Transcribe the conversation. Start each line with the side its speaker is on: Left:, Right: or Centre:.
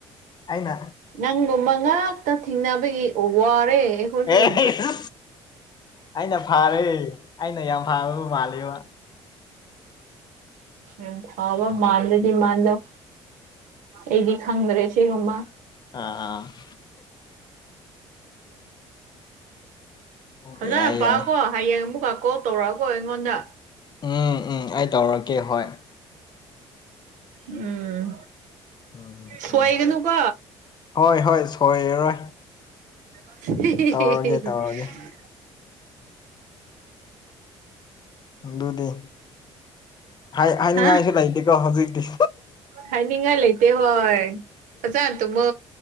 Left: ꯑꯩꯅ
Right: ꯅꯪꯒꯨꯝꯕ ꯉꯥꯛꯇ ꯊꯦꯡꯅꯕꯒꯤ ꯋꯥꯔꯦ ꯑꯩꯈꯣꯏꯁꯨ
Left: ꯑꯦꯁ ꯑꯩꯅ ꯐꯥꯔꯦ ꯑꯩꯅ ꯌꯥꯝ ꯐꯥꯕꯕꯨ ꯃꯥꯜꯂꯦꯕ
Right: ꯎꯝ ꯐꯕ ꯃꯥꯟꯗꯗꯤ ꯃꯥꯟꯗꯧ ꯑꯩꯗꯤ ꯈꯪꯗ꯭ꯔꯦ ꯁꯤꯒꯨꯝꯕ
Left: ꯑ ꯑ
Right: ꯐꯖꯅ
Left: ꯌꯥꯏ
Right: ꯄꯥꯎꯀꯣ
Left: ꯌꯥꯏ
Right: ꯍꯌꯦꯡ ꯑꯃꯨꯛꯀ ꯀꯣꯜ ꯇꯧꯔꯛꯎꯀꯣ ꯑꯩꯉꯣꯟꯗ
Left: ꯎꯝ ꯎꯝ ꯑꯩ ꯇꯧꯔꯛꯀꯦ ꯍꯣꯏ
Right: ꯎꯝ
Left: ꯎꯝ
Right: ꯁꯣꯏꯒꯅꯨ
Left: ꯎꯝ
Right: ꯀꯣ
Left: ꯍꯣꯏ ꯍꯣꯏ ꯁꯣꯏꯔꯔꯣꯏ
Right: <unintelligible>
Left: ꯇꯧꯔꯒꯦ ꯇꯧꯔꯒꯦ ꯑꯗꯨꯗꯤ ꯍꯥꯏ ꯍꯥꯏꯅꯤꯡꯉꯥꯏꯁꯨ
Right: ꯍꯥ
Left: ꯂꯩꯇꯦꯀꯣ ꯍꯧꯖꯤꯛꯇꯤ
Right: ꯍꯥꯏꯅꯤꯡꯉꯥꯏ ꯂꯩꯇꯦ ꯍꯣꯏ ꯐꯖꯅ ꯇꯨꯝꯃꯣ